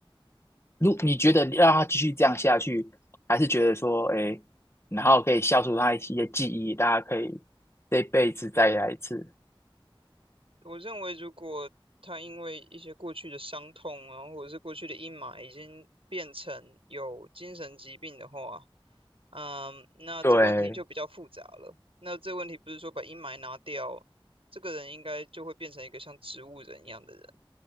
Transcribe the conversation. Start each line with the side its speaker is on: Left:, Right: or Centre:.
Left: 如你觉得让他继续这样下去，还是觉得说，哎，然后可以消除他一些记忆，大家可以这辈子再来一次。
Right: 我认为，如果他因为一些过去的伤痛啊，然后或者是过去的阴霾，已经变成有精神疾病的话，嗯，那这个问题就比较复杂了。
Left: 对，
Right: 那这个问题不是说把阴霾拿掉，这个人应该就会变成一个像植物人一样的人。